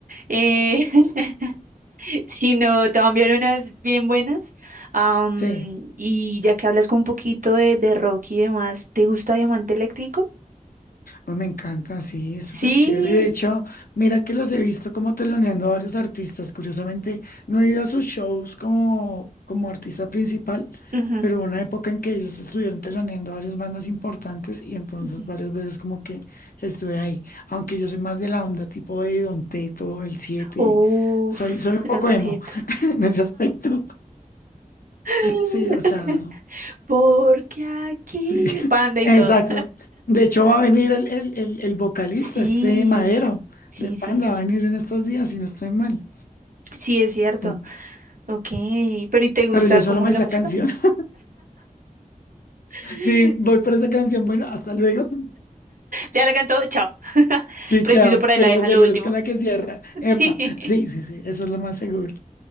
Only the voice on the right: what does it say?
eh, <laughs> sino te va a enviar unas bien buenas. Am,
y ya que hablas con un poquito de, de rock y demás, ¿te gusta Diamante Eléctrico?
Sí.
Ujú,
ujú.
Uf,
Don
Teto.
<laughs>
Porque aquí,
panda y
todo.
Sí,
sí,
sí, sí.
Sí, es cierto.
Ok, pero ¿y te gusta
como
la
música?
<laughs>
Ya la cantó, chao. <laughs>
Preciso
por ahí
la deja
lo último.
<laughs>
Sí.